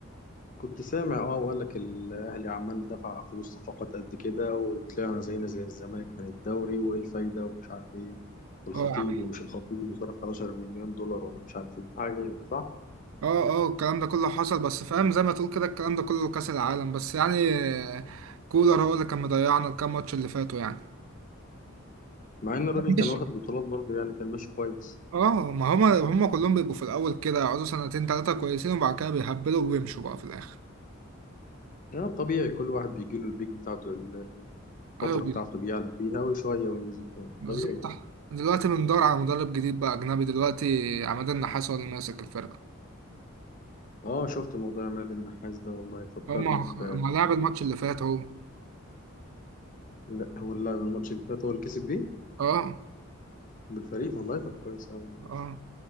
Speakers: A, on the left (about 40°); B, on the right (about 80°).
A: كنت سامع اه وقال لك الاهلي عمال دفع فلوس صفقات قد كده وطلعنا زينا زي الزمالك من الدوري وايه الفايده ومش عارف ايه والخطيب
B: اه
A: ومش الخطيب وصرف 11 مليون دولار ولا مش عارف ايه حاجه كده، صح
B: اه اه الكلام ده كله حصل بس فاهم زي ما تقول كده الكلام ده كله كأس العالم بس يعني آه، كولر هو اللي كان مضيعنا الكام ماتش اللي فاتوا يعني
A: مع ان الراجل كان
B: ماشي
A: واخد بطولات برضه يعني كان ماشي كويس
B: اه ما هما هما كلهم بيبقوا في الأول كده يقعدوا سنتين تلاتة كويسين وبعد كده بيهبلوا وبيمشوا بقى في الآخر
A: يعني طبيعي كل واحد بيجي له البيك بتاعته ال- ال-
B: أيوة
A: الفترة
B: بي-
A: بتاعته بيعلى فيها وشوية وينزل تاني
B: بالظبط
A: طبيعي يعني
B: دلوقتي بندور على مدرب جديد بقى أجنبي دلوقتي عماد النحاس هو اللي ماسك الفرقة
A: اه شفت موضوع عماد النحاس ده والله فكرني
B: هما
A: ب
B: ما لعب الماتش اللي فات اهو
A: لا هو اللاعب الماتش اللي فات هو اللي كسب بيه
B: اه
A: بالفريق والله طب كويس أوي والله
B: اه